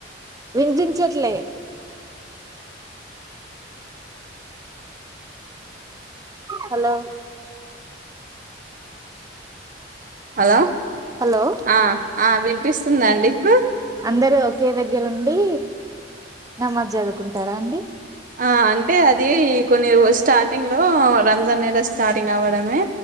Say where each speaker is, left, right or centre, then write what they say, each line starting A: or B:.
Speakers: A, on the right; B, on the right.
A: వినిపించలే హలో
B: హలో
A: హలో
B: ఆ ఆ వినిపిస్తుందండి ఇప్పుడు
A: అందరు ఒకే దగ్గర ఉండి నమాజ్ చదువుకుంటారా అండి
B: ఆ అంటే అది కొన్ని స్టార్టింగ్ లో రంజాన్ నద స్టార్టింగ్ అవ్వడమే